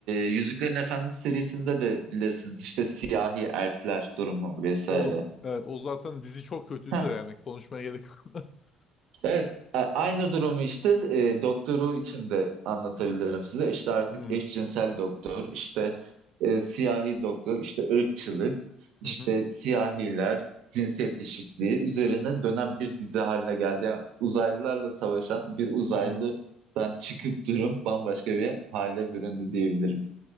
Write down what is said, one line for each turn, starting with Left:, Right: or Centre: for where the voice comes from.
Right: Yüzüklerin Efendisi serisinde de bilirsiniz işte siyahi elfler durumu vesaire.
Left: O evet, o zaten dizi çok kötüydü
Right: Heh,
Left: de yani konuşmaya gerek yok. <laughs>
Right: evet A- aynı durumu işte e, doktoru için de anlatabilirim size. İşte artık
Left: Hı
Right: eşcinsel doktor, işte e, siyahi doktor, işte ırkçılık, işte
Left: hı hı.
Right: siyahiler, cinsiyet eşitliği üzerine dönen bir dizi haline geldi. Yani uzaylılarla savaşan bir uzaylıdan
Left: hı.
Right: çıkıp durum bambaşka bir hale büründü diyebilirim.